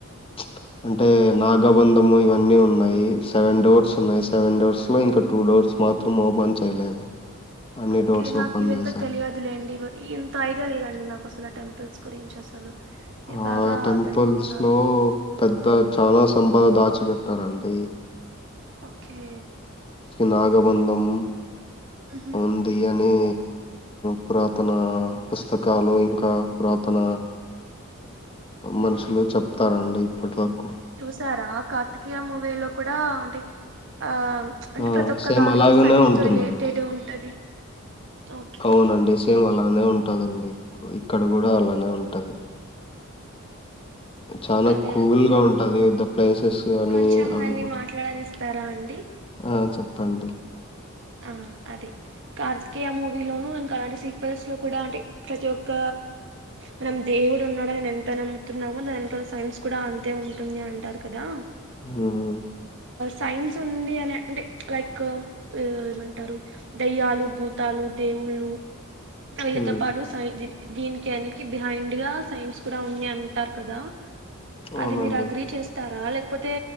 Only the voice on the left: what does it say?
చుప్ అంటే నాగబంధము ఇవన్నీ ఉన్నాయి సెవెన్ డోర్స్ ఉన్నాయి. సెవెన్ డోర్స్ లో ఇంకా టూ డోర్స్ మాత్రం ఓపెన్ చేయలేదు అన్ని
డోర్స్
ఓపెన్
చేశాను
ఆ
టెంపుల్స్
లో పెద్ద చాలా సంప బ దాచిపెట్టరండి
నాగబంధం
ఉంది అని పురాతన పుస్తకాలు ఇంకా పురాతన మనుషులు చె తరంట ఇప్పటి వరకు
ఆ
సేమ్
అలాగనే
ఉంటుందండి
అవునండి సేమ్ అలానే ఉంటదండి ఇక్కడ కూడా అలానే ఉంటది చాలా
కుల్గా
గా ఉంటది ద ప్లేసెస్ అని
అవి
కూడా
ఆ చెప్ చేపండి
హ్మ్.
హ్మ్.
అవునండి.